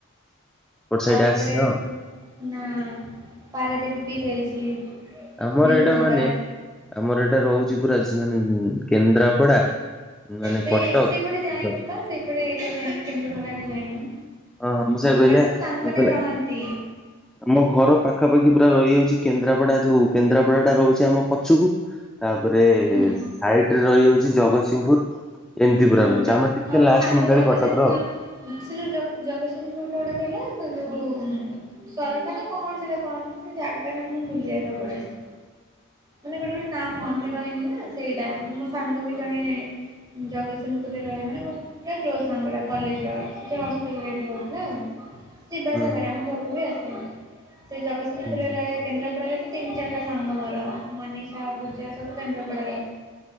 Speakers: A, in the centre; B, on the right.
A: ଏପଟ ସାଇଡ୍
B: ଆଉ ଏପଟେ
A: ଆସିନ
B: ନା ପାରାଦ୍ୱୀପ ବି ଯାଇଛି, ନେହେରୁ
A: ଆମର ଏଇଟା
B: ବଙ୍ଗଳା।
A: ମାନେ ଆମର ଏଇଟା ରହୁଛି ପୁରା ମାନେ କେନ୍ଦ୍ରାପଡା ମାନେ
B: ସେ
A: କଟକ
B: ସେପଟେ ଯାଇନୁ
A: ହଁ
B: ପା ସେଇପଟେ ଏରିଆ ଯାଇନି କେନ୍ଦ୍ରପଡ଼ା ଯାଇନି।
A: ହଁ ମୁଁ ସେୟା କହିଲେ
B: ବାକି ମୋ ସାଙ୍ଗମାନେ
A: ମୁଁ କହିଲେ
B: ରହନ୍ତି।
A: ଆମ ଘର ପାଖାପାଖି ପୁରା ରହିଯାଉଛି, କେନ୍ଦ୍ରାପଡା ଯୋଉ କେନ୍ଦ୍ରାପଡା ଟା ରହୁଛି ଆମ ପଛୁକୁ। ତାପରେ
B: ହୁଁ
A: ସାଇଟ ରେ ରହିଯାଉଛି ଜଗତସିଂହପୁର। ଏମିତି
B: ହୁଁ
A: ପୁରା ରହୁଛି
B: ଜ
A: ଆମେ ଟିକେ
B: ହଁ ମୋ
A: ଲାଷ୍ଟ
B: ସାଙ୍ଗ
A: ମଣ୍ଡାଳୀ
B: ଜଗତସିଂହପୁର
A: କଟକର ଆଉ।
B: ସେ ଯୋଉ ଜ ଜଗତସିଂହପୁର କଉଟା କହିଲେ ତ ଯୋଉ ସରକାର କଣ ସେଟା କଣ ସେ ଜାଗା ଟା ମୁଁ ଭୁଲି ଯାଏ ସବୁ ବେଳେ। <inaudible> ମାନେ ଗୋଟେ ଗୋଟେ ନାଁ ମନେ ରହେନି ନା ସେଇଟା ମୋ ସାଙ୍ଗ ବି ଜଣେ ଜଗ ସିଂହପୁରରେ ରହେ ମାନେ ମୋ ପୁରା କ୍ଲୋଜ୍ ସାଙ୍ଗଟା କଲେଜର ସେଥି ହଷ୍ଟେଲ ରେ ଏଠି ରହୁଥିଲା ଆଉ। ଯିବା ଆସିବା
A: ହୁଁ
B: କରେ ଆମ ଘରକୁ ବି ଆସେ ସେ ଜଗତସିଂହପୁର
A: ହୁଁ ହୁଁ ହୁଁ
B: ରେ ରୁହେ। କେନ୍ଦ୍ରାପଡାରେ ତ ତିନି ଚାରିଟା ସାଙ୍ଗ, ମୋର ମନୀଷା ପୂଜା ସବୁ କେନ୍ଦ୍ରାପଡାର।